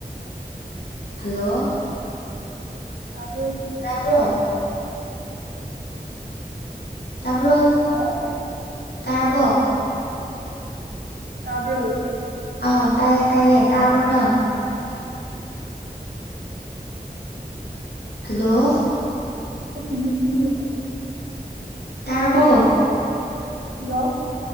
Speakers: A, on the left; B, on the right.
A: ꯍꯜꯂꯣ
B: ꯇꯥꯕ꯭ꯔꯣ
A: ꯇꯥꯕ꯭ꯔꯣ
B: ꯁꯤꯇ
A: ꯇꯄ
B: ꯍꯜꯂꯣ
A: ꯇꯥꯔꯕꯣ
B: ꯇꯥꯕ꯭ꯔꯣ
A: ꯑ ꯇꯥꯏꯌꯦ ꯇꯥꯏꯌꯦ ꯇꯥꯕꯣꯅ ꯍꯜꯂꯣ
B: ꯁꯣꯣꯏꯅꯤꯗꯤꯔꯨꯑꯣꯣ
A: ꯇꯥꯔꯔꯕꯣ
B: ꯍꯜꯂꯣ